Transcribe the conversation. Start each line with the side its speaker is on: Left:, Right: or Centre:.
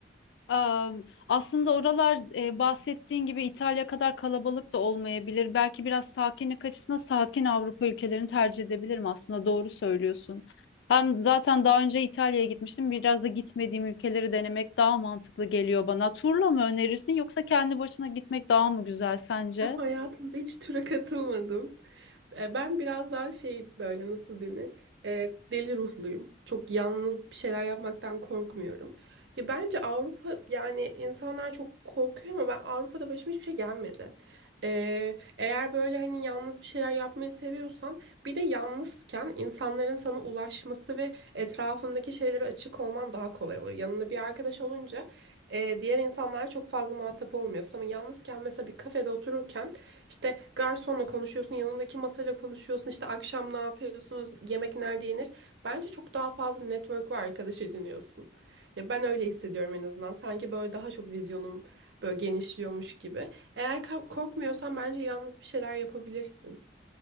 Left: Am, Aslında oralar e, bahsettiğin gibi İtalya kadar kalabalık da olmayabilir. Belki biraz sakinlik açısından sakin Avrupa ülkelerini tercih edebilirim. Aslında doğru söylüyorsun. Hem zaten daha önce İtalya'ya gitmiştim. Biraz da gitmediğim ülkeleri denemek daha mantıklı geliyor bana. Turla mı önerirsin yoksa kendi başına gitmek daha mı güzel sence?
Right: Ben hayatımda hiç tura katılmadım. E, Ben biraz daha şey böyle nasıl denir? E, deli ruhluyum. Çok yalnız bir şeyler yapmaktan korkmuyorum. Ya bence Avrupa yani insanlar çok korkuyor ama ben Avrupa'da başıma hiçbir şey gelmedi. E, eğer böyle hani yalnız bir şeyler yapmayı seviyorsan bir de yalnızken insanların sana ulaşması ve etrafındaki şeylere açık olman daha kolay oluyor. Yanında bir arkadaş olunca ee, diğer insanlara çok fazla muhatap olmuyorsun ama yalnızken mesela bir kafede otururken işte garsonla konuşuyorsun, yanındaki masayla konuşuyorsun, işte akşam ne yapıyorsunuz, yemek nerede yenir. Bence çok daha fazla network ve arkadaş ediniyorsun. Ya ben öyle hissediyorum en azından. Sanki böyle daha çok vizyonum böyle genişliyormuş gibi. Eğer ka- korkmuyorsan bence yalnız bir şeyler yapabilirsin.